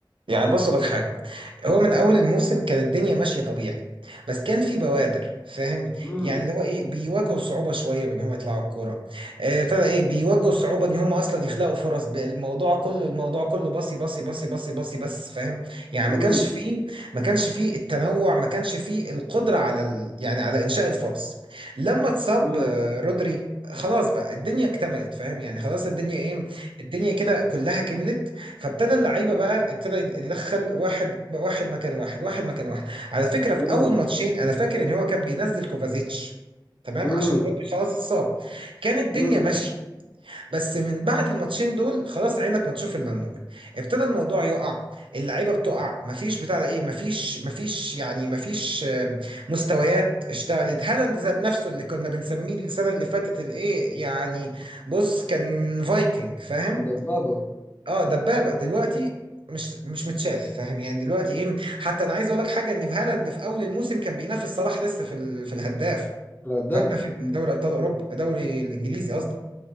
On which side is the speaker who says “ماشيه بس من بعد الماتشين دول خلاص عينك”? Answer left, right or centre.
Right